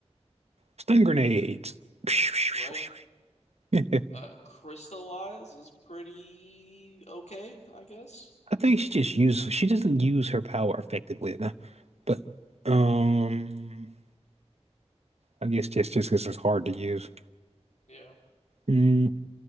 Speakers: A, on the right; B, on the left.
A: Stun grenades. <laughs>
B: right?
A: I
B: Uh, crystallize is pretty okay, I guess.
A: think she just uses she doesn't use her power effectively enough. But um I guess just just because it's hard to use.
B: Yeah,
A: Mm,